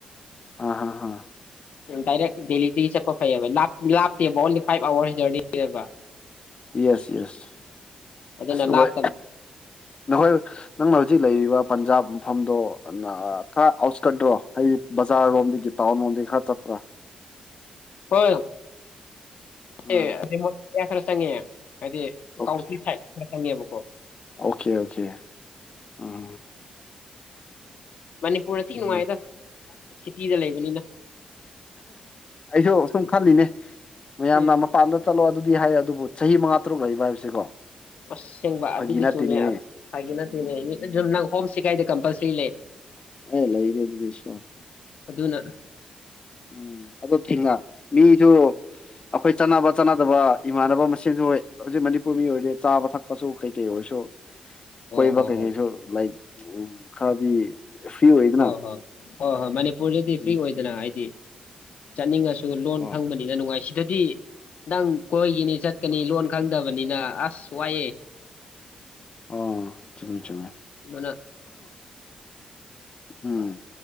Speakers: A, on the left; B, on the left.
A: ꯑ ꯑꯥ ꯑ
B: ꯗꯥꯏꯔꯦ ꯗꯦꯂꯤꯇ ꯆꯄ ꯐꯩꯕꯦ ꯂ ꯂꯥꯇꯕꯣꯜ ꯐꯥꯏꯚ ꯑꯋꯥꯔꯁ ꯖꯔꯅꯤꯕ
A: ꯌꯦꯁ ꯌꯦꯁ
B: ꯑꯗꯨꯅ ꯂꯥꯞꯇꯕ
A: ꯑꯣꯏ ꯅꯈꯣꯏ ꯅꯪꯅ ꯍꯧꯖꯤꯛ ꯂꯩꯔꯤꯕ ꯄꯟꯖꯥꯕ ꯃꯐꯝꯗꯣ ꯈꯔ ꯑꯥꯎꯠꯁꯀꯠꯇ꯭ꯔꯣ ꯑꯩꯗꯤ ꯕꯖꯥꯔ ꯂꯣꯝꯗꯒꯤ ꯇꯥꯎꯟ ꯂꯣꯝꯗꯒꯤ ꯈꯔ ꯆꯠꯄ꯭ꯔꯥ
B: ꯍꯣꯏ <unintelligible>
A: ꯎꯝ
B: ꯈꯔ ꯆꯪꯉꯦ ꯍꯥꯏꯗꯤ
A: ꯑꯣꯀꯦ
B: ꯀꯥꯎꯇ ꯁꯥꯏꯠ ꯆꯉꯦꯕꯀꯣ
A: ꯑꯣꯀꯦ ꯑꯣꯀꯦ ꯎꯝ
B: ꯃꯅꯤꯄꯨꯔꯗ ꯊꯤ
A: ꯎꯝ
B: ꯅꯨꯡꯉꯥꯏꯗ ꯁꯤꯇꯤꯗ ꯂꯩꯕꯅꯤꯅ
A: ꯑꯩꯁꯨ ꯁꯨꯝ ꯐꯅꯤꯅꯦ ꯃꯌꯥꯝ
B: ꯎꯝ
A: ꯄꯥꯟꯗ ꯆꯂꯣ ꯑꯗꯨ ꯍꯥꯏ ꯑꯗꯨꯕꯨ ꯆꯍꯤ ꯃꯉꯥ ꯇꯔꯨꯛ ꯂꯩꯕ ꯍꯥꯏꯕꯁꯤꯀꯣ
B: ꯑꯁꯦꯡꯕ
A: ꯐꯥꯒꯤ
B: ꯑꯗꯨꯗꯤ
A: ꯅꯠꯇꯦꯅꯦ
B: ꯆꯨꯝꯅꯦ ꯑꯁ ꯍꯥꯏꯒꯤ ꯅꯠꯇꯦꯅꯦ ꯅꯪ ꯍꯣꯝ ꯁꯤꯒꯥꯏꯗ ꯀꯝꯄꯜꯁꯔꯤ ꯂꯩ
A: ꯑꯦ ꯂꯩꯥꯏꯔꯦꯗꯤꯗꯔꯤ ꯁꯣ
B: ꯑꯗꯨꯅ
A: ꯎꯝ ꯑꯣ ꯊꯦꯡꯉ ꯃꯤꯁꯨ ꯑꯩꯈꯣꯏ ꯆꯥꯟꯅꯕ ꯆꯥꯟꯅꯗꯕ ꯏꯃꯥꯟꯅꯕ ꯃꯁꯦꯟꯁꯨ ꯍꯣꯏ ꯍꯧꯖꯤꯛ ꯃꯅꯤꯄꯨꯔ ꯃꯤ ꯑꯣꯏꯔꯦ ꯆꯥꯕ ꯊꯛꯄꯁꯨ ꯀꯩ ꯀꯩ ꯑꯣꯏꯔꯁꯨ
B: ꯑꯣ
A: ꯀꯣꯏ
B: ꯍꯣ
A: ꯋꯥ ꯀꯩ
B: ꯍꯣ
A: ꯀꯩꯁꯨ ꯂꯥꯏꯛ ꯎꯝ ꯈꯔꯗꯤ ꯐ꯭ꯔꯤ ꯑꯣꯏꯗꯅ
B: ꯍꯣꯏ ꯍꯣꯏ ꯍꯣꯏ ꯍꯣꯏ ꯃꯅꯤꯄꯨꯔꯗꯗꯤ ꯐ꯭ꯔꯤ
A: ꯎꯝ
B: ꯑꯣꯏꯗꯅ ꯍꯥꯏꯗꯤ ꯆꯅꯤꯡꯒ ꯂꯣꯟ
A: ꯍꯣꯏ
B: ꯈꯪꯕꯅꯤꯅ ꯅꯨꯡꯉꯥꯏꯁꯤ ꯑꯗꯨꯗꯤ ꯅꯪ ꯀꯣꯏꯒꯤꯅꯤ ꯆꯠꯀꯅꯤ ꯂꯣꯟ ꯈꯪꯗꯕꯅꯤꯅ ꯑꯁ ꯋꯥꯏꯑꯦ
A: ꯑꯣ ꯆꯃꯦ ꯆꯃꯦ
B: ꯑꯗꯨꯅ
A: ꯎꯝ